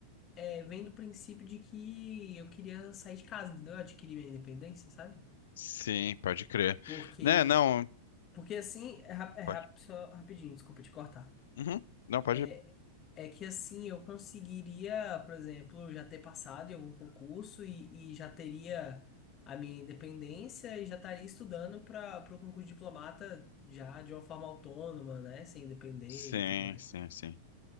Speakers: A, on the left; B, on the left.
A: é, vem do princípio de que eu queria sair de casa, entendeu? Eu adquiri minha independência, sabe?
B: Sim, pode crer.
A: Porque,
B: Né, não,
A: porque assim, é, ra- é rap-
B: pode.
A: só rapidinho, desculpa te cortar.
B: Uhum. Não, pode.
A: É, é que assim, eu conseguiria, por exemplo, já ter passado em algum concurso e, e já teria a minha independência e já estaria estudando para o concurso de diplomata já de uma forma autônoma, né? Sem depender
B: Sim,
A: e tudo mais.
B: sim, sim.